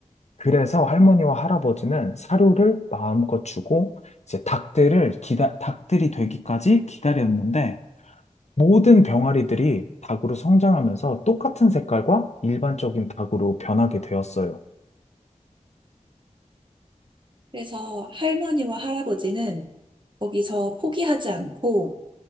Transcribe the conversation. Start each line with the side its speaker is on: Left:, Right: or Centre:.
Left: 그래서 할머니와 할아버지는 사료를 마음껏 주고 이제 닭들을 기다, 닭들이 되기까지 기다렸는데 모든 병아리들이 닭으로 성장하면서 똑같은 색깔과 일반적인 닭으로 변하게 되었어요.
Right: 그래서 할머니와 할아버지는 거기서 포기하지 않고